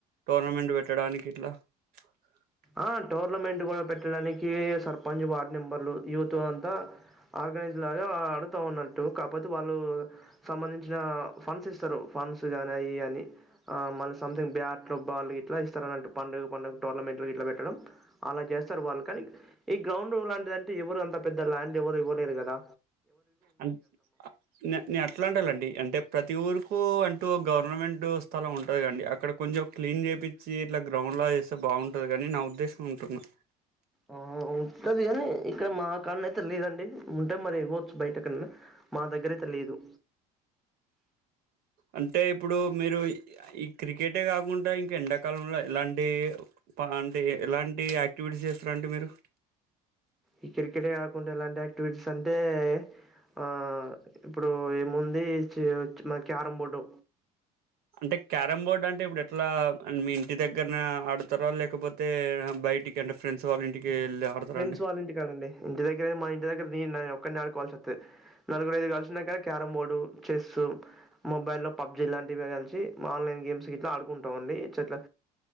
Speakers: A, on the right; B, in the centre.
A: టోర్నమెంట్ పెట్టడానికి ఇట్లా <inaudible>
B: ఆ టోర్నమెంట్ గూడా పెట్టడానికి సర్పంచ్ వార్డ్ మెంబర్లు యూత్ అంతా ఆర్గనై ఇలాగా ఆడుతా ఉన్నట్టు కాపోతే వాళ్ళు సంబంధించిన ఫండ్స్ ఇస్తరు ఫండ్స్ గాని అయి అని ఆ మళ్ళ సమ్థింగ్ బ్యాట్లు బాల్ ఇట్లా ఇస్తారున్నట్టు పండుగ పండుగ టోర్నమెంట్లు గిట్లా పెట్టడం అలా చేస్తారు వాళ్ళు కానీ ఈ గ్రౌండ్ లాంటి అంటే ఎవరు అంత పెద్ద ల్యాండ్ ఎవ్వరు ఇవ్వలేరు గదా
A: అం నేను అట్లా అంటలండి అంటే ప్రతి ఊరు కు అంటూ గవర్నమెంట్ స్థలం ఉంటంది అండి అక్కడ కొంచం క్లీన్ చేపి చ్చి ఇట్లా గ్రౌండ్లా చేస్తే బాగుంటది గని నా ఉద్దేశం అంటున్నా
B: ఆ ఉంటది కానీ ఇక్కడ మా కాడన అయితే లేదండి ఉంటే మరి ఇవ్వచ్చు బయట ఎక్కడనా మా దగ్గర అయితే లేదు
A: అంటే ఇప్పుడు మీరు ఈ క్రికెటే కాకుండా ఇంక ఎండక కాలంలో ఎలాంటి పా ఎలాంటి యాక్టివిటీస్ చేస్తారండి మీరు
B: ఈ క్రికెట్ కాకుండా ఎలాంటి ఆక్టివిటీస్ అంటే ఆ ఇప్పుడు ఏముంది చేయొచ్చు మళ్ళ క్యారం బోర్డు
A: అంటే క్యారం బోర్డ్ అంటే ఇప్పుడు ఎట్లా మీ ఇంటి దగ్గర ఆడుతార లేకపోతే బ బయటికి ఫెండ్స్ వాళ్ళ ఇంటికి వెళ్ళి ఆడతారా
B: ఫ్రెండ్స్
A: అండి
B: వాళ్ళింటి కాడండి ఇంటి దగ్గర మా ఇంటి దగ్గర, నే ఒక్కరి నాడు కావాల్సి వస్తుంది. నలుగురుఐదు కాలిసినా కానీ క్యారంమ్ బోర్డు చెస్సు మొబైల్ లో పబ్జి లాంటివి కలిసి ఆన్లైన్ గేమ్స్ గి ఇట్లా ఆడుకుంటాండి చెట్ల